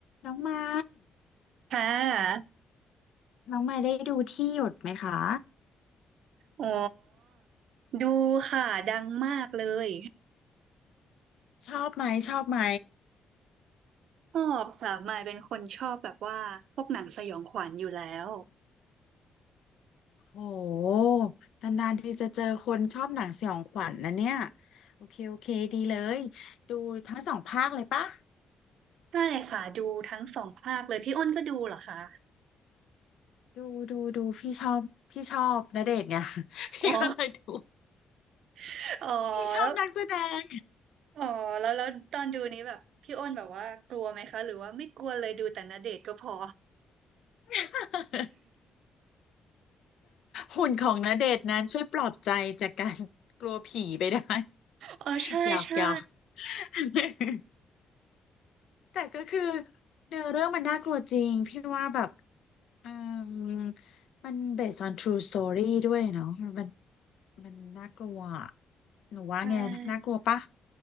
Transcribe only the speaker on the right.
ค่ะ
อ๋อดูค่ะ ดังมากเลย
ชอบค่ะมายเป็นคนชอบแบบว่าพวกหนังสยองขวัญอยู่แล้ว
ใช่ค่ะ ดูทั้งสองภาคเลย พี่อ้นก็ดูเหรอคะ
อ๋อ <laughs> อ๋อแล้ว
อ๋อแล้วแล้วตอนดูนี้แบบพี่อ้นแบบว่ากลัวไหมคะ หรือว่าไม่กลัวเลยดูแต่ณเดชน์ก็พอ
อ๋อใช่
ใช่
ใช่